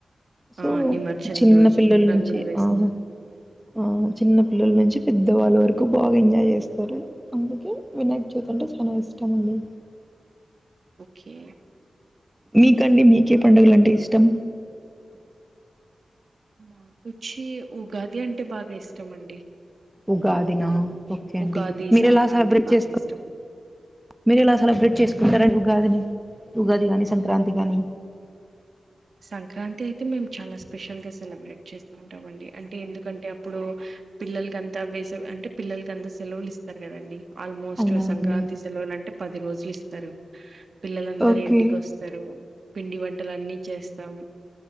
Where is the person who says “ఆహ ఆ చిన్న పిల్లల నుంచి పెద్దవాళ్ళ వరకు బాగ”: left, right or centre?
Centre